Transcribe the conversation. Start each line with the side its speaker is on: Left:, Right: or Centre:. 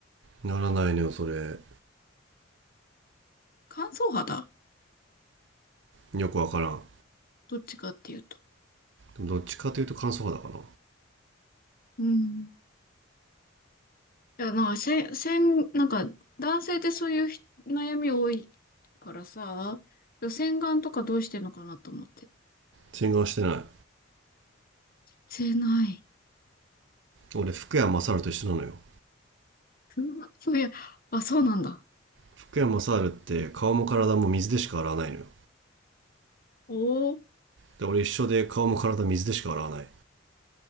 Right: ならないのよそれ
Left: 乾燥肌
Right: よくわからん
Left: どっちかっていうと。
Right: どっちかというと乾燥肌かな
Left: うん。いや、なんか、せ、せん、なんか、男性ってそういうひ悩み多いからさ、洗顔とかどうしてんのかなと思って。
Right: 洗顔してない
Left: してない。
Right: 俺福山雅治と一緒なのよ
Left: <laughs> うわそういや、あ、そうなんだ。
Right: 福山雅治って顔も体も水でしか洗わないのよ
Left: おー、
Right: で俺一緒で顔も体水でしか洗わない